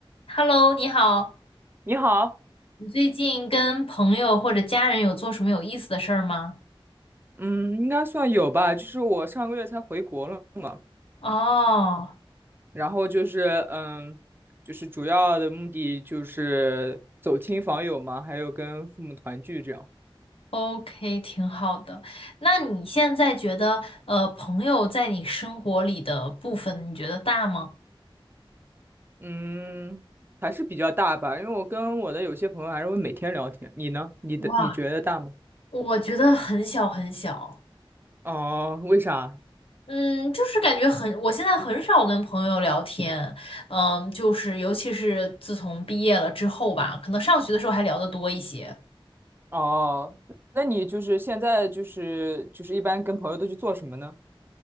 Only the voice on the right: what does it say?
你好，
嗯，应该算有吧。就是我上个月才回国了嘛，
然后就是嗯，就是主要的目的就是走亲访友嘛，还有跟父母团聚这样。
嗯，还是比较大吧，因为我跟我的有些朋友还是会每天聊天。你呢？你的你觉得大吗？
哦，为啥？
哦，那你就是现在就是就是一般跟朋友都去做什么呢？